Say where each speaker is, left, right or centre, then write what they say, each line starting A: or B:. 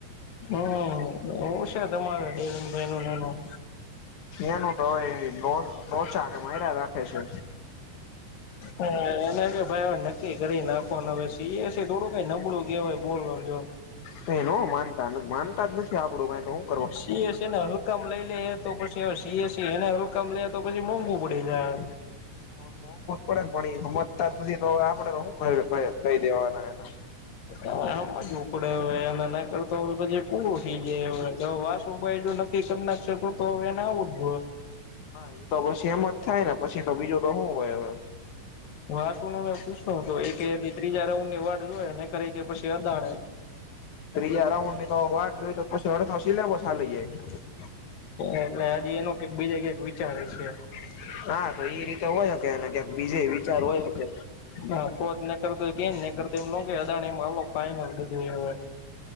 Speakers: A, on the left; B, on the left.
A: હમ્મ એવું છે તમારે <unintelligible> ભાઈ ને એનું
B: એનું તો હવે લોચા કે માર્યા રાખે છે.
A: હ એને કે ભાઈ હવે નક્કી કરી નાખવાનું તો એ હશે થોડું કઈ નબળું કેવાય બોલ જો
B: તો ન માનતા માનતા જ નથી આપડું કઈ તો હું
A: સી હશે ને રકમ લઈ લઈએ તો પછી હવે સી એ સી એને રકમ લઈએ તો પછી મોંઘું પડી જાય.
B: તો મોંઘું પડે ને પણ એ હમજતા જ નથી તો આપડે તો શું કહી દેવાના એના.
A: હા સમજવુ પડે હોય એને નઈ કરોતો હો પછી પૂરું થઈ જાય એ વાસ ઉભા ઈ ગિયું ને નાત્ર <unintelligible> તો હવે એને આવું જ
B: હા એ તો પછી એમ જ થાય ને પછી તો બીજું તો શું હોય હવે.
A: હા શું નું મે પૂછતો હતું એકે ત્રીજા રાઉન્ડની એ વાત જોયને કરી કે પછી અદાણ
B: ત્રીજા રાઉન્ડની તો વાત જો તો શળ વસી લેવો સાલીઈએ <unintelligible>
A: એટલે હજી એનો કઈક બીજા ક્યાક વિચારે હ છે.
B: <inaudible> હા તો એ રીતે હોય હકેને કં બીજે વિચાર હોય શકે
A: હા પોજ કરતો ગને કરતો એમ ન અદાણી એ ફાઇનલ બધું હવે